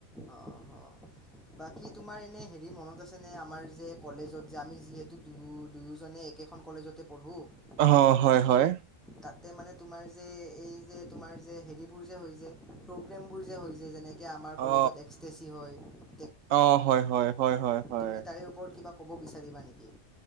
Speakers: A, in the centre; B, on the right.
A: অ অ বাকী তোমাৰ এনে হেৰি মনত আছে আছেনে আমাৰ যে কলেজত যে আমি যিহেতু দু দুয়োজনে একেখন কলেজতে পঢ়োঁ
B: অ হয় হয়
A: তাতে মানে তোমাৰ যে এই যে তোমাৰ যে হেৰিবোৰ যে হৈ যে প্ৰব্লেমবোৰ যে হৈ যায় যেনেকৈ আমাৰ
B: অ
A: কলেজত এক্স টে চি হয়
B: অ হয় হয় হয় হয় হয়
A: তুমি তাৰে ওপৰত কিবা ক'ব বিচাৰিবা নিকি